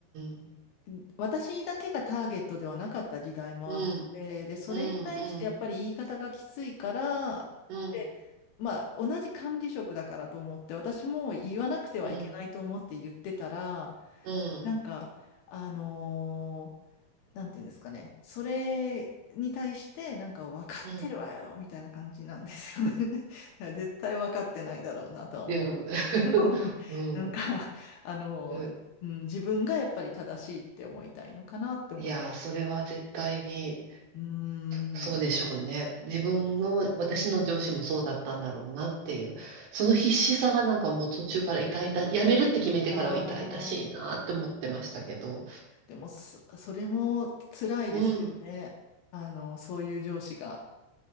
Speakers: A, on the right; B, on the left.
A: ん。
B: ん私だけがターゲットではなかった時代もあって、
A: うん、
B: で、それに対してやっぱり言い方がきついから、
A: うん、うん、うん、
B: で、まあ、同じ管理職だからと思って、私も言わなくてはいけないと思って言ってたら、
A: うん、うん、うん。
B: なんか、あのーなんていうんですかね。それに対して、なんか分かってるわよ、
A: うん。
B: みたいな感じなんですよね。<laughs> だから絶対分かってないだろうなとは思う。
A: <laughs>
B: <laughs>
A: うん。
B: なんか、あの、
A: うん
B: うん、自分がやっぱり正しいって思いたいのかなって思います。
A: いや、それは絶対に。
B: うーん、
A: そうでしょうね。自分の、
B: そうですよね。
A: 私の上司もそうだったんだろうなっていう。その必死さがなんかもう途中から痛々、やめるって決めてからは痛々しいなって思ってましたけど。
B: ああ、でもそ、それも辛いですよね。
A: うん。
B: あの、そういう上司が